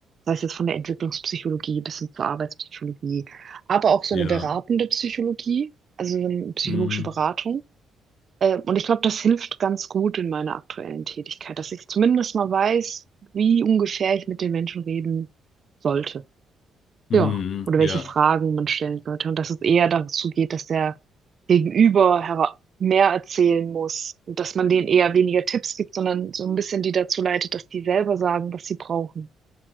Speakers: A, on the right; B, on the left.
A: Sei es jetzt von der Entwicklungspsychologie bis hin zur Arbeitspsychologie, aber auch so
B: Ja.
A: eine beratende Psychologie, also so eine psychologische
B: Hm.
A: Beratung. Ähm, und ich glaube, das hilft ganz gut in meiner aktuellen Tätigkeit, dass ich zumindest mal weiß, wie ungefähr ich mit den Menschen reden sollte.
B: Hm.
A: Ja, oder
B: Ja.
A: welche Fragen man stellen sollte. Und dass es eher dazu geht, dass der Gegenüber hera- mehr erzählen muss und dass man denen eher weniger Tipps gibt, sondern so ein bisschen die dazu leitet, dass die selber sagen, was sie brauchen.